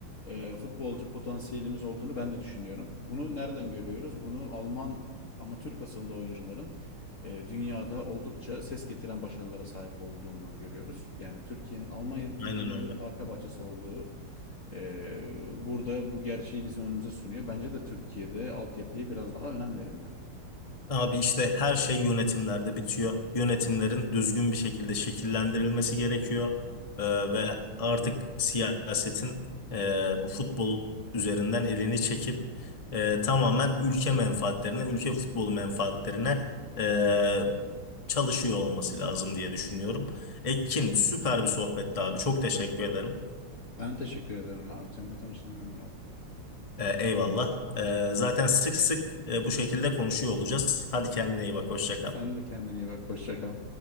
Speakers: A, on the left; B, on the left.
A: e, futbolcu potansiyelimiz olduğunu ben de düşünüyorum. Bunu nereden görüyoruz? Bunu Alman ama Türk asıllı oyuncuların e, dünyada oldukça ses getiren başarılara sahip olduğundan görüyoruz. Yani Türkiye'nin, Almanya'nın Türkiye'nin
B: Aynen öyle.
A: bir arka bahçesi olduğu e, burada bu gerçeği bizim önümüze sunuyor. Bence de Türkiye'de altyapıya biraz daha önem verilmeli.
B: Abi işte her şey yönetimlerde bitiyor. Yönetimlerin düzgün bir şekilde şekillendirilmesi gerekiyor. Ee, ve artık siyasetin e, bu futbol üzerinden elini çekip e, tamamen ülke menfaatlerine, ülke futbolu menfaatlerine e, çalışıyor olması lazım diye düşünüyorum. Ekin süper bir sohbetti abi. Çok teşekkür ederim.
A: Ben teşekkür ederim abi. Seninle tanıştığıma memnun oldum.
B: Ee, eyvallah. Ee, zaten sık sık e, bu şekilde konuşuyor olacağız. Hadi kendine iyi bak. Hoşça kal.
A: Sen de kendine iyi bak. Hoşça kal.